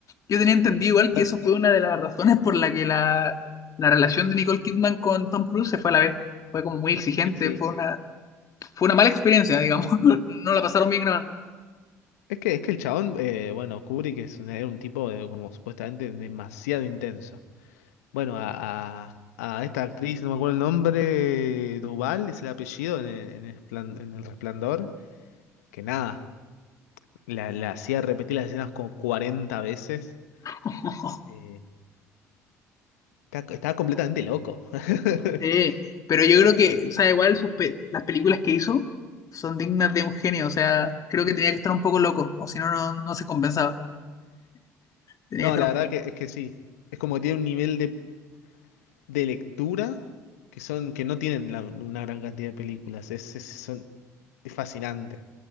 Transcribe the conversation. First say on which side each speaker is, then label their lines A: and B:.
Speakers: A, on the left; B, on the left.
A: Yo tenía entendido igual
B: bueno,
A: que eso fue una de las razones por la que la, la relación de Nicole Kidman con Tom Cruise se fue a la vez. Fue como muy exigente,
B: y sí.
A: fue una, fue una mala experiencia, digamos. <laughs> No la pasaron bien grabando.
B: Es que, es que el chabón, eh, bueno, Kubrick es un, era un tipo de, como supuestamente demasiado intenso. Bueno, a, a, a esta actriz, no me acuerdo el nombre, Duval es el apellido en el, en el Esplan- en El Resplandor, que nada, la, la hacía repetir las escenas como 40 veces.
A: <laughs>
B: Eh, está- estaba completamente loco. <laughs>
A: Sí, pero yo creo que, o sea, igual sus pe- las películas que hizo son dignas de un genio, o sea, creo que tenía que estar un poco loco, o si no, no, no se compensaba. Tenía
B: No,
A: que estar
B: la
A: un
B: verdad
A: poco...
B: que es que sí. Es como que tiene un nivel de de lectura que son, que no tienen la- una gran cantidad de películas. Es, es- son, es fascinante.